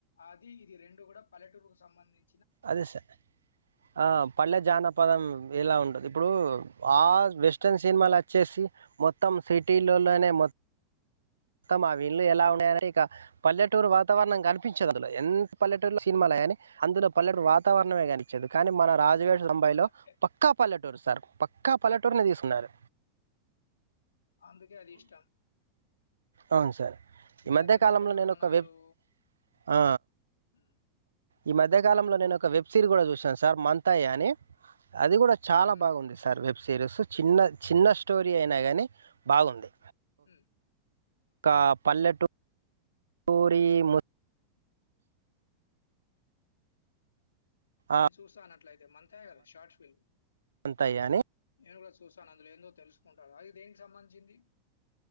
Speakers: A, on the left; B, on the right.
A: అది ఇది రెండు కూడా పలెటూరు కు సంబంధిం
B: అదే సార్ ఆ పళ్ళే జానపదం ఇలా ఉంటదు ఇప్పుడు ఆ వెస్ట్రన్ సినిమాలు వచ్చేసి మొత్తం సిటీలల్లోనే మొత్తం మొత్తం ఆ వీళ్లు ఎలా ఉన్నాయని ఇక పల్లెటూరు వాతావరణం కనిపించదు అందులో ఎంత పల్లెటూరులో సినిమాలు కానీ అందులో పల్లెడు వాతావరణమే కానిపించదు కానీ మన రాజువేడ్ రంబాయ్ లో
A: అ ఎ
B: పక్కా పల్లెటూరు సా సార్ పక్కా పల్లెటూరిని తీసున్నారు
A: అందుకే అది ఇష్టం
B: అవును సార్ ఈ
A: పెద్ద
B: మధ్య
A: పెద్ద
B: కాలంలో
A: భవనాలు
B: నేను ఒక వెబ్ ఆ
A: హ్మ్.
B: ఈ మధ్య కాలంలో నేను ఒక వెబ్ సిరీ కూడా చూసాను సార్ మంతాయ అని అది కూడా చాలా
A: హ్మ్.
B: బాగుంది సార్ వెబ్ సిీరీస్ చిన్న చిన్న స్టోరీ అయినా కాని బాగుంది
A: హు
B: ఒకా పల్లెటు టురి ము
A: నేను
B: ఆ,
A: చూస్తాను అట్లయితే మంతయ్య కదా షార్ట్ ఫల్మ్
B: మంతయ్య అని
A: నేను కూడా చూస్తాను అందులో ఏందో తెలుసుకో ఉంటారు అది దేనికి సంబంధించింది